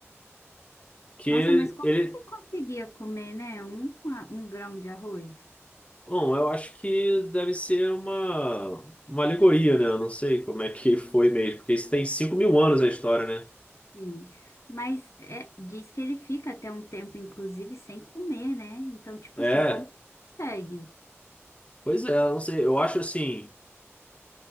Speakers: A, on the left; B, on the left.
A: que
B: nossa, mas como
A: ele
B: que ele conseguia comer, né, um, um grão de arroz?
A: Bom, eu acho que deve ser uma, uma alegoria, né? Eu não sei como é que <laughs> foi mesmo, porque isso tem 5 mil anos a história, né?
B: Sim, mas é, diz que ele fica até um tempo, inclusive, sem comer, né? Então, tipo
A: É,
B: assim, como consegue?
A: pois é, eu não sei. Eu acho assim,